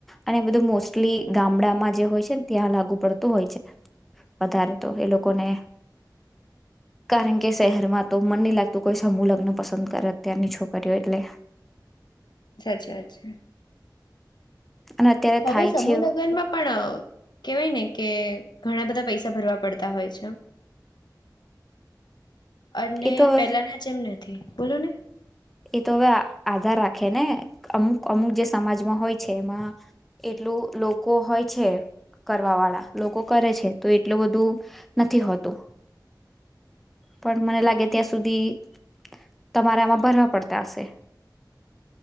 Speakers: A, in the centre; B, on the left.
A: અને બધું મોસ્ટલી ગામડામાં જે હોય છે ને ત્યાં લાગુ પડતું હોય છે વધારે તો એ લોકોને કારણ કે શહેરમાં તો મન નહી લાગતું કોઈ સમૂહ લગ્ન પસંદ કરે અત્યારની છોકરીઓ એટલે.
B: સાચી વાત છે.
A: અને અત્યારે
B: હવે
A: થાય
B: સમૂહ
A: છે
B: લગ્નમાં પણ કેહેવાય ને. કે ઘણા બધા પૈસા ભરવા પડતા હોય છે. અને
A: એ તો હવે
B: પેલાના જેમ નથી. બોલો ને
A: એ તો હવે આધાર રાખે ને અમુક અમુક જે સમાજમાં હોય છે એમાં એટલું લોકો હોય છે કરવા વાળા લોકો કરે છે તો એટલું બધું નથી હોતું પણ મને લાગે ત્યાં સુધી તમારા માં ભરા પડતાશે.